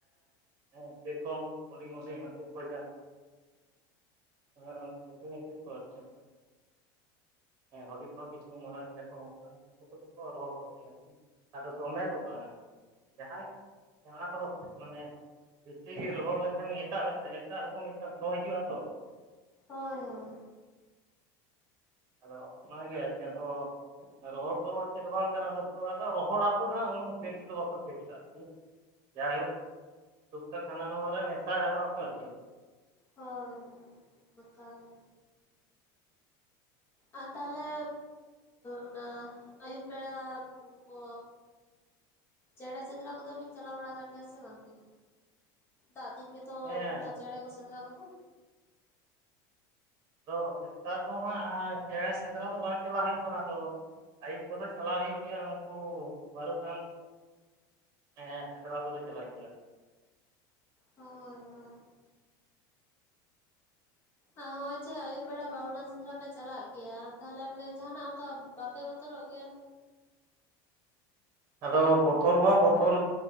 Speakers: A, on the right; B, on the left.
A: ᱦᱮᱸ ᱥᱮ ᱨᱚᱠᱚᱢ ᱦᱩᱰᱤᱧ ᱦᱩᱰᱤᱧ ᱦᱟᱠᱩ ᱠᱚ ᱧᱟᱢ ᱟᱨ ᱩᱱᱠᱩ ᱯᱩᱴᱷᱤ ᱦᱟᱠᱩ ᱠᱚ ᱟᱨᱠᱤ ᱦᱮᱸ ᱦᱩᱰᱤ ᱠᱷᱚᱱᱚᱸ ᱠᱤᱪᱷᱩ ᱠᱚ ᱢᱟᱨᱟᱝ ᱜᱮᱭᱟ ᱚᱱ ᱠᱟᱱ ᱠᱚ ᱫᱚ ᱠᱚ ᱨᱚᱦᱚᱲ ᱠᱚ ᱜᱮᱭᱟ ᱟᱫᱚ ᱫᱚᱢᱮ ᱫᱚ ᱵᱟᱝ ᱟᱨ ᱠᱤ ᱡᱟᱦᱟᱸᱭ ᱡᱟᱦᱟᱸ ᱠᱚ ᱫᱚ ᱢᱟᱱᱮ ᱵᱮᱥᱤ ᱜᱮ ᱨᱚᱦᱚᱲ ᱞᱮᱠᱷᱟ ᱤᱧ ᱮᱴᱟᱜ ᱢᱮᱫ ᱴᱮᱱ ᱮᱴᱟᱜ ᱨᱚᱠᱚᱢ ᱢᱤᱫᱴᱟᱝ ᱥᱚ ᱦᱤᱡᱩᱜ-ᱟ ᱛᱚ
B: ᱦᱳᱭ ᱦᱳᱭ
A: ᱟᱫᱚ ᱚᱱᱟ ᱜᱮ ᱟᱨᱠᱤ ᱟᱫᱚ ᱨᱚᱦᱚᱲ ᱫᱚ ᱪᱮᱫ ᱵᱟᱝ ᱠᱟᱱᱟ ᱟᱫᱚ ᱨᱚᱦᱚᱲ ᱫᱚ ᱦᱟᱸᱜ ᱩᱱᱟᱹᱜ ᱥᱮᱸᱵᱮᱞ ᱫᱚ ᱵᱟᱠᱚ ᱥᱮᱸᱵᱮᱞ ᱟ ᱟᱨ ᱠᱤ ᱡᱟᱭ ᱦᱳᱠ ᱴᱩᱠ ᱴᱟᱠ ᱦᱟᱱᱟ ᱱᱟᱣᱟ ᱨᱮ ᱢᱮᱥᱟ ᱜᱟᱱᱚᱜ ᱟᱠᱚ ᱟᱨᱠᱤ
B: ᱦᱳᱭ ᱱᱚᱝᱠᱟ ᱜᱮ ᱟᱨ ᱛᱟᱦᱞᱮ ᱚᱱᱟ ᱟᱹᱭᱩᱵ ᱵᱮᱲᱟ ᱠᱚ ᱪᱮᱬᱮ ᱥᱮᱸᱫᱽᱨᱟ ᱠᱚ ᱫᱚ ᱵᱤᱱ ᱪᱟᱞᱟᱣ ᱵᱟᱲᱟ ᱠᱟᱱ ᱜᱮᱭᱟ᱾ ᱥᱮ ᱵᱟᱝ ᱜᱮ ᱫᱟᱜ ᱫᱤᱱ ᱜᱮ? ᱛᱚ
A: ᱦᱮᱸ
B: ᱩᱱᱠᱩ ᱪᱮᱸᱬᱮ ᱠᱚ ᱥᱮᱸᱫᱽᱨᱟ ᱠᱚᱛᱮ
A: ᱟᱫᱚ ᱱᱮᱛᱟᱨ ᱫᱚ ᱦᱟᱸᱜ ᱪᱮᱸᱬᱮ ᱥᱮᱸᱫᱽᱨᱟ ᱫᱚ ᱵᱟᱝ ᱪᱟᱞᱟᱣ ᱦᱳᱭᱳᱜ ᱠᱟᱱᱟ ᱛᱚ ᱟᱹᱭᱩᱵ ᱠᱚ ᱫᱚ ᱪᱟᱞᱟᱣ ᱦᱩᱭᱩᱜ ᱜᱮᱭᱟ ᱩᱱᱠᱩ ᱵᱟᱹᱨᱩᱜ ᱰᱟᱝ ᱦᱮᱸ ᱥᱮᱸᱫᱽᱨᱟ ᱫᱚᱞᱮ ᱪᱟᱞᱟᱜ ᱜᱮᱭᱟ᱾
B: ᱦᱚᱭ ᱦᱚᱭ ᱛᱚ ᱦᱚᱜ-ᱚᱭ ᱡᱮ ᱟᱹᱭᱩᱵ ᱵᱮᱲᱟ ᱵᱟᱹᱨᱩᱜ ᱰᱟᱝ ᱥᱮᱸᱫᱽᱨᱟ ᱯᱮ ᱪᱟᱞᱟᱜ ᱜᱮᱭᱟ ᱛᱟᱦᱞᱮ ᱢᱟᱱᱮ ᱡᱟᱦᱟ ᱱᱟᱜ ᱚᱱᱠᱟ ᱵᱟᱯᱮ ᱵᱚᱛᱚ ᱨᱚᱜ ᱜᱮᱭᱟ᱾
A: ᱟᱫᱚ ᱵᱚᱛᱚᱨ ᱢᱟ ᱵᱚᱛᱚᱨ